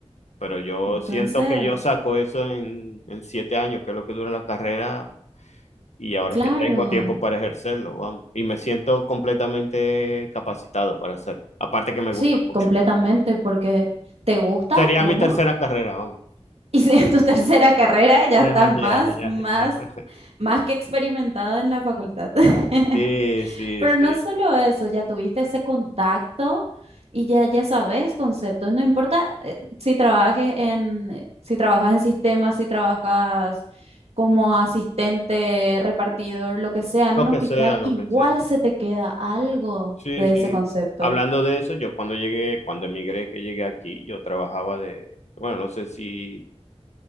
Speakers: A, on the left; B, on the right.
A: pero yo
B: entonces,
A: siento que yo saco eso en, en 7 años, que es lo que dura la carrera, y ahora
B: claro.
A: es que tengo tiempo para ejercerlo, vamos, y me siento completamente capacitado para hacerlo, aparte que me
B: Sí,
A: gusta mucho.
B: completamente, porque te gusta
A: Sería
B: uno
A: mi tercera carrera, vamos. <laughs>
B: <laughs> y si en tu <laughs> tercera carrera ya
A: Ya,
B: estás más,
A: ya, ya,
B: más,
A: ya. <laughs>
B: más que experimentado en la facultad. <laughs>
A: Sí, sí,
B: Pero
A: sí.
B: no solo eso, ya tuviste ese contacto y ya, ya sabes conceptos. No importa eh, si trabajes en, si trabajas en sistemas, si trabajas como asistente, repartidor, lo que sea, en
A: Lo
B: un
A: que
B: hospital,
A: sea, lo
B: igual
A: que sea.
B: se te queda algo
A: Sí,
B: de
A: sí.
B: ese concepto.
A: Hablando de eso, yo cuando llegué, cuando emigré, que llegué aquí, yo trabajaba de, bueno, no sé si,